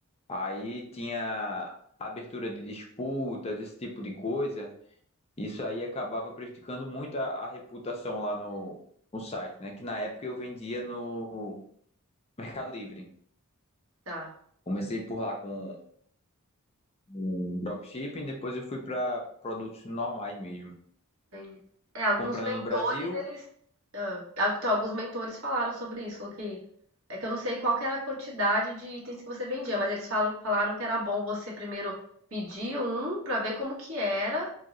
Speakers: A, on the left; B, on the right.
A: Aí tinha abertura de disputas, esse tipo de coisa. Isso aí acabava prejudicando muito a, a reputação lá no, no site, né? Que na época eu vendia no Mercado Livre.
B: tá.
A: Comecei por lá com em dropshipping, depois eu fui para produtos normais mesmo.
B: Entendi. É, alguns
A: Comprando
B: mentores,
A: no Brasil,
B: eles. ah, al- então, alguns mentores falaram sobre isso, falou que. É que eu não sei qual que era a quantidade de itens que você vendia, mas eles falam, falaram que era bom você primeiro pedir um pra ver como que era,